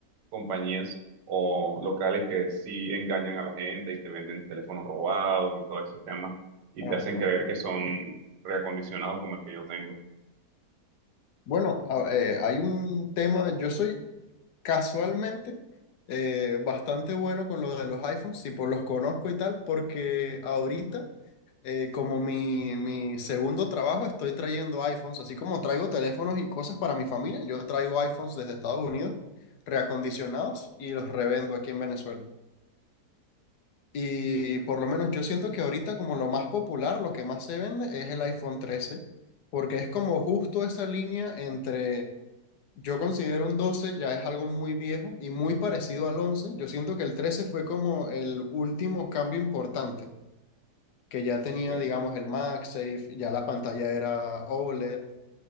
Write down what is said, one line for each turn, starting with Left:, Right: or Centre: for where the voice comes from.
Right: compañías o locales que sí engañan a la gente y te venden teléfonos robados y todo ese tema y
Left: Claro,
Right: te hacen
Left: claro.
Right: creer que son reacondicionados como el que yo tengo.
Left: Bueno, a- eh, hay un tema, yo soy Casualmente, eh, bastante bueno con lo de los iPhones, tipo los conozco y tal, porque ahorita, eh, como mi, mi segundo trabajo, estoy trayendo iPhones, así como traigo teléfonos y cosas para mi familia, yo traigo iPhones desde Estados Unidos, reacondicionados, y los revendo aquí en Venezuela. Y por lo menos yo siento que ahorita como lo más popular, lo que más se vende es el iPhone 13 porque es como justo esa línea entre yo considero un 12 ya es algo muy viejo y muy parecido al 11. Yo siento que el 13 fue como el último cambio importante, que ya tenía,
Right: Sí,
Left: digamos, el MagSafe, ya la pantalla era OLED,